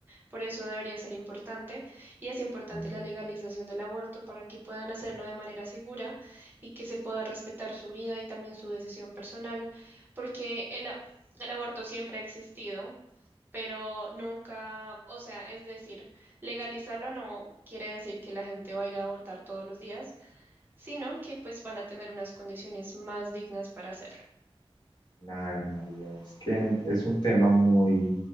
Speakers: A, on the right; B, on the left.
A: Por eso debería ser importante y es importante
B: Mm.
A: la legalización del aborto para que puedan hacerlo de manera segura y que se pueda respetar su vida y también su decisión personal, porque el, a- el aborto siempre ha existido, pero nunca, o sea, es decir, legalizarlo no quiere decir que la gente va a ir a abortar todos los días, sino que pues van a tener unas condiciones más dignas para hacerlo.
B: Claro, María, es que es un tema muy